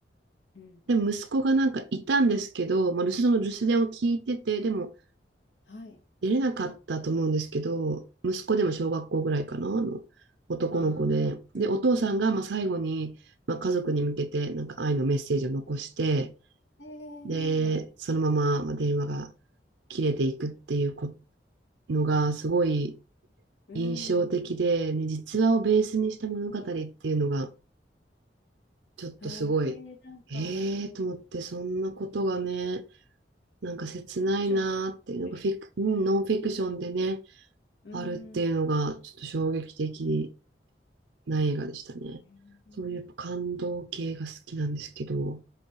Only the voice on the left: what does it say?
うん、
はい。
うん、
ああ、うんうん
ええはい。
うーん。
ああ、余計なんか、
フィクションで買ってくれ。
<laughs> うーん。
えー